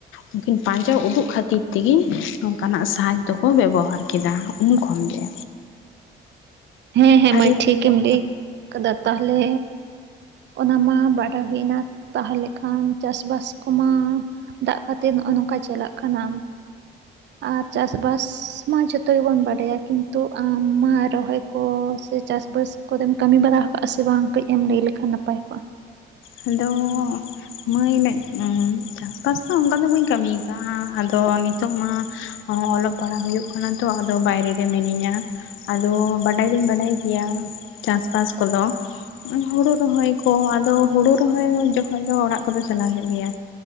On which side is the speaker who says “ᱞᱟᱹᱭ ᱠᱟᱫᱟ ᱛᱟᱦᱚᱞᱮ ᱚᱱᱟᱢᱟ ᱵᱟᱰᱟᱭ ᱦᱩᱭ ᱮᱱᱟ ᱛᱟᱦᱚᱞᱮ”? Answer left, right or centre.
Right